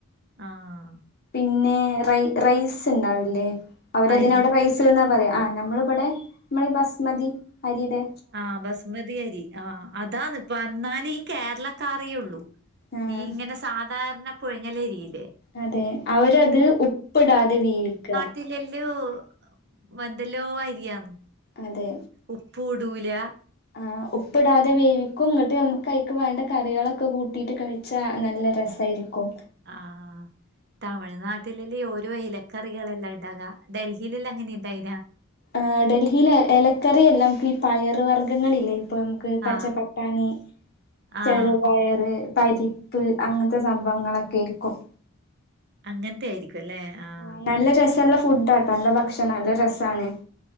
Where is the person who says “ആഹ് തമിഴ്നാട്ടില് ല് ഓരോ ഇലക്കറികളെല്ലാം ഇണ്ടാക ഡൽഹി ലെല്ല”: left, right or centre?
Right